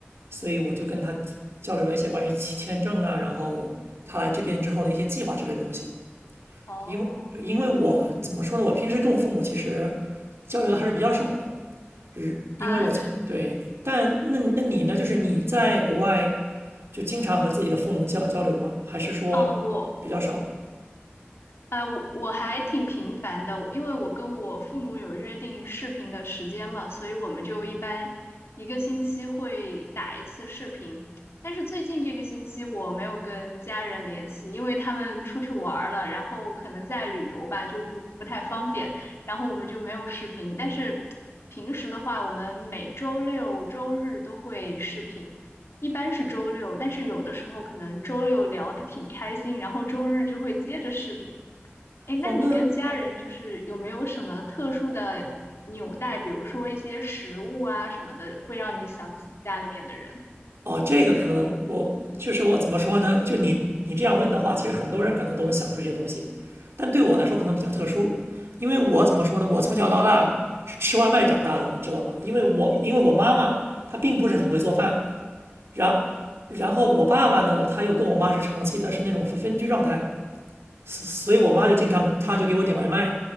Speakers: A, on the right; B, on the left.
A: 所以我就跟她交流了一些关于签签证啊，然后她来这边之后的一些计划之类的东西。
B: 哦，
A: 因为因为我怎么说呢，我平时跟我父母其实交流的还是比较少的，只因为我从对，
B: 啊，
A: 但那那你呢？就是你在国外就经常和自己的父母交交流吗？还是说比较少？
B: 啊，我，呃，我我还挺频繁的，因为我跟我父母有约定视频的时间嘛，所以我们就一般一个星期会打一次视频。但是最近这个星期我没有跟家人联系，因为他们出去玩儿了，然后可能在旅游吧，就不不太方便，然后我们就没有视频。但是平时的话，我们每周六周日都会视频。一般是周六，但是有的时候可能周六聊的挺开心，然后周日就会接着视频。哎，那你跟家人就是有没有什么特殊的纽带，
A: 哦，那
B: 比如说一些食物啊什么的，会让你想起家里面的人？
A: 哦，这个可能我就是我怎么说呢？就你你这样问的话，其实很多人可能都能想出这些东西，但对我来说可能比较特殊，因为我怎么说呢？我从小到大是吃外卖长大的，你知道吗？因为我因为我妈妈她并不是很会做饭，然然后我爸爸呢，他又跟我妈是长期的是那种分分居状态，所以我妈就经常，她就给我点外卖，